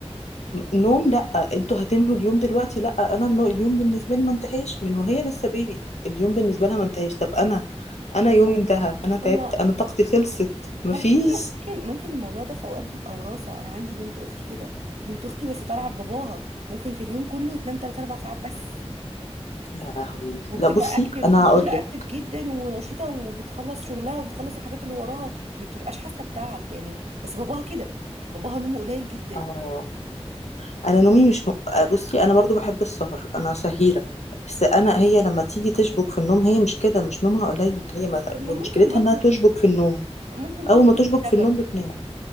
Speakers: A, on the left; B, on the right.
A: نوم لا انتوا هتنهوا اليوم دلوقتي لا انا النو... اليوم بالنسبه لي ما انتهاش من وهي لسه بيبي اليوم بالنسبه لها ما انتهاش طب انا انا يومي انتهى انا تعبت
B: اما
A: انا طاقتي خلصت مفيش
B: على فكرة ممكن ممكن الموضوع ده في اوقات بيبقى وراثة انا عندي بنت اختي كده بنت اختي بس طالعة لباباها ممكن في اليوم كله تنام 3 4 ساعات بس
A: يا لهوي
B: وبتبقى
A: لا بصي
B: اكتف
A: انا
B: وبتبقى
A: هقول لك
B: اكتف جدا ونشيطة وبتخلص شغلها وبتخلص الحاجات اللي وراها وما بتبقاش حاسة بتعب يعني بس باباها كده باباها نومه قليل جدا
A: اه انا نومي مش م... بصي انا برضو بحب السهر انا سهيره بس انا هي لما تيجي تشبك في النوم هي مش كده مش نومها قليل هي ما...
B: طب ما
A: هي
B: ممكن
A: مشكلتها
B: برضو
A: انها تشبك في النوم
B: ممكن برضو
A: اول ما
B: انت
A: تشبك
B: السبب
A: في النوم بتنام